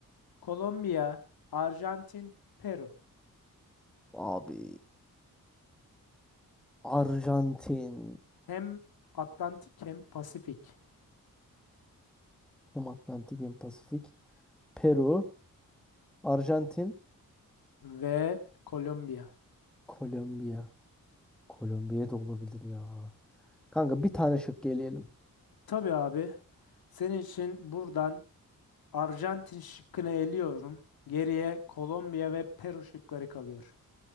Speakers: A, on the left; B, in the centre.
A: Kolombiya, Arjantin, Peru.
B: Abi Arjantin.
A: Hem Atlantik hem Pasifik
B: Hem Atlantik hem Pasifik. Peru. Arjantin.
A: ve Kolombiya.
B: Kolombiya. Kolombiya da olabilir ya. Kanka bir tane şık geleyelim.
A: Tabii abi. Senin için buradan Arjantin şıkkını eliyorum. Geriye Kolombiya ve Peru şıkları kalıyor.